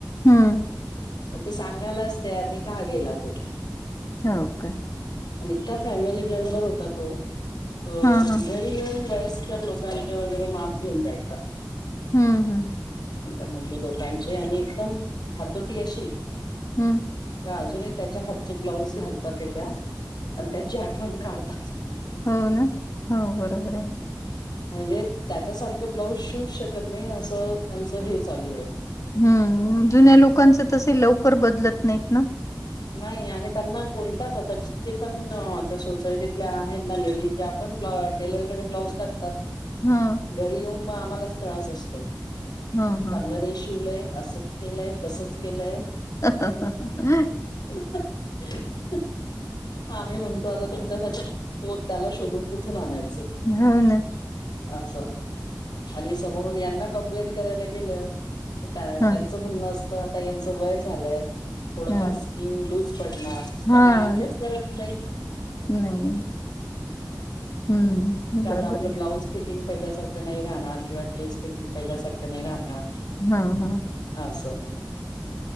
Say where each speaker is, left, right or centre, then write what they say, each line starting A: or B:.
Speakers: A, on the left; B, on the left.
A: हम्म
B: पण ते सांगायलाच तयार नाही काहा गेला कुठे
A: हो का
B: आणित फॅमिली मेंबर होता तो घ
A: हा हा
B: येऊन वयस्कर लोकांचे वगैरे माप घेऊन जायचा <unintelligible> <unintelligible>
A: हम्म हम्म <unintelligible>
B: आमच्या मम्मी लोकांचे आणि एकदम हातोटी अशी
A: हम्म <unintelligible>
B: अजून त्याच्या हातचे ब्लाऊज घालतात य त्या्या आणि त्याची आठवण काढतात
A: हो ना हो बरोबर आहे
B: म्हणजे त्याच्यासारखं ब्लाऊज शिव शकत नाही असं त्यांचं हे चालू आहे
A: हम्म जुन्या लोकांचं तसे लवकर बदलत नाहीत ना
B: नाही आणि त्यांना बोलताच आता जितके पण आता सोसायटीतल्या आहेत ना लेडीज ज्या पण ब्ल टेलरकडे ब्लाऊज टाकतात
A: हा
B: घरी येऊन मग आम्हालाच त्रास असतो
A: हं, हं.
B: चांगलं नाही शिवलय असं केलंय तसंच केलंय
A: ह ह
B: <unintelligible> हाम मही म्हणतो आता तुमच्यासाठी तो त्याला शोधून कुठून आणायचा
A: हो ना
B: असं आणि समोरून यांना कम्प्लेंट करायला गेलं तर त्या
A: हं,
B: त्यांचं म्हणणं असतं आता यांचं वय झालंय थोडंफार
A: हं.
B: स्किन लूज पडणार
A: हां,
B: त्या मान्यच करत नाही
A: नाही. हम्म
B: का
A: बरोबर
B: आता आपलं
A: आहे
B: ब्लाऊज फिटिंग पहिल्यासारखं नाही राहणार किंवा ड्रेस फिटिंग पहिल्यासारखं नाही राहणार
A: हा हा
B: असं